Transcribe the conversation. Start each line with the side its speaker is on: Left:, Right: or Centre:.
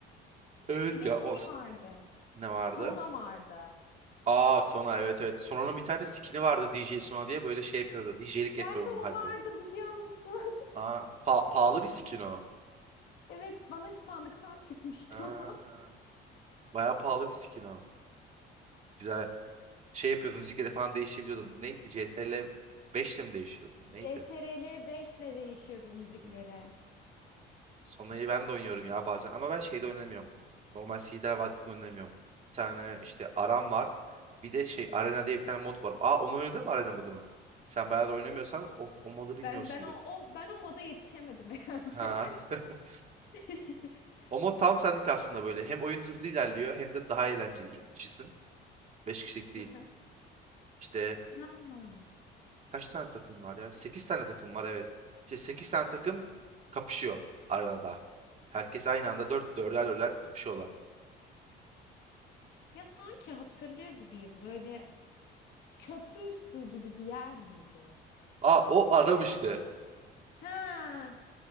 Right: Evet
Left: Bir de
Right: ya
Left: şey
Right: o
Left: vardı.
Right: ne vardı?
Left: Sona vardı.
Right: Aa Sona evet evet. Sona'nın bir tane skin'i vardı D J Sona diye böyle şey yapıyordu. DJ'lik yapıyordu
Left: Ben de o
Right: haritada.
Left: vardı biliyor musun? <laughs>
Right: Aa pa- pahalı bir skin o.
Left: Evet bana sandıktan çıkmıştı
Right: Aa,
Left: o. <laughs>
Right: bayağı pahalı bir skin o. Güzel. Şey yapıyordun müzikleri falan değiştirebiliyordun. Neydi? C CTRL 5'le mi değiştiriyordun? Neydi?
Left: CTRL 5 ile değişiyordu müzikleri.
Right: Hmm. Sonra'yı ben de oynuyorum ya bazen ama ben şeyde oynamıyorum. Normal Sider Vadisi'nde oynamıyorum. Bir tane işte Aram var. Bir de şey Arena diye bir tane mod var. Aa onu oynadın mı Arena modunu? Sen bayağı da oynamıyorsan o, o modu bilmiyorsundur.
Left: Ben ben o, o ben o moda yetişemedim herhalde.
Right: Ha. <laughs>
Left: <laughs>
Right: O mod tam senlik aslında böyle. Hem oyun hızlı ilerliyor hem de daha eğlenceli. İki kişisin. Beş kişilik değil.
Left: Hı hı.
Right: İşte
Left: Ha.
Right: kaç tane takım var ya? Sekiz tane takım var evet. İşte sekiz tane takım kapışıyor arenada. Herkes aynı anda dört dörder dörder kapışıyorlar.
Left: Ya sanki hatırlıyor gibiyim böyle köprü üstü gibi bir yer miydi?
Right: Aa o adam işte.
Left: Ha,